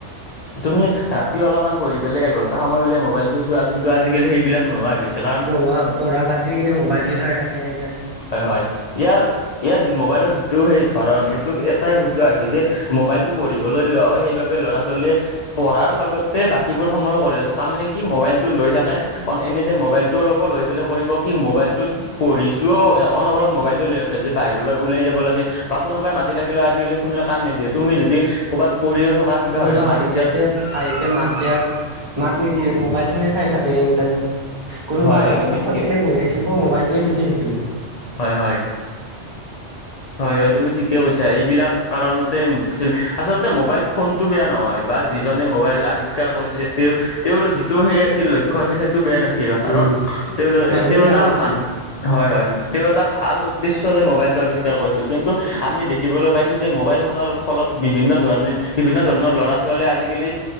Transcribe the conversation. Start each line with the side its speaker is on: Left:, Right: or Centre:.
Left: তুমি ৰাতি অলপমান পঢ়ি পেলাই এঘন্টা সময় উলিয়াই মোবাইলটো চোৱা, কিন্তু আজিকালি সেইবিলাক নোহোৱা হৈ গৈছে কা
Right: পঢ়োৱা, পঢ়া বাদ দি কিনে মোবাইলটো চাই থাকে এনি টাইম।
Left: হয়, হয় ইয়াৰ ইয়াৰ মোবাইলৰ যিটো সেই ধৰণ, এইটো এটাই বুজোৱা হৈছে যে মোবাইলটো পঢ়িবলৈ লোৱা হয়, সেইবাবে ল'ৰা ছোৱালীয়ে পঢ়াৰ লগতে বাকীবোৰ সময়ো কৰে, তাৰ মানে কি মোবাইল টো লৈ থাকে, অ এনিটাইম মবাইলটোও ল'ব, লৈ পেলাই কৰিব কি মোবাইলটোত পঢ়িছোও অনবৰত মোবাইলটো লৈ থাকে যে, বাহিৰলৈ উলাই যাব লাগে বা কোনোবাই মাতি থাকিলেও আজিকালি কোনোৱে কান নিদিয়ে, তুমি যদি ক'ৰবাত পৰিও থকা কিবা
Right: কোনোবা
Left: হৈ থকা
Right: আহি
Left: তেতিয়া
Right: আছে, আহিছে মাত দিয়া মাত নিদিয়ে মোবাইলটোৱে চাই থাকে এনিটাইম। কোনোবা
Left: হয়
Right: আহিলেও
Left: হয় তুমি
Right: কাষত
Left: ঠিকে
Right: এনে বহি থাকিব, মোবাইলটোয়ে টিপি থাকিব।
Left: হয়, হয়। হয়ঁ হয়ঁ তুমি ঠিকে কৈছা এইবিলাক কাৰণতে ছিল আচলতে মোবাইল ফোন- টো বেয়া নহয় বা যিজনে মোবাইল আৱিষ্কাৰ কৰিছে তেওঁ তেওঁৰ যিটো সেই আছিল লক্ষ খোৱা আছিল সেইটো বেয়া নাছিল কাৰণ
Right: উম
Left: তেওঁলোক
Right: মানুহে
Left: তেওঁ
Right: বেয়া
Left: এটা
Right: কৰিছে।
Left: মান হয়ঁ হয়ঁ তেওঁ এটা ভাল উদ্দেশ্য লৈ মোবাইলটো আৱিষ্কাৰ কৰিছিল কিন্তু। আমি দেখিবলৈ পাইছোঁ যে মোবাইল ফোনৰ- ফলত বিভিন্ন ধৰণে বিভিন্ন ধৰণৰ ল'ৰা ছোৱালীয়ে আজিকালি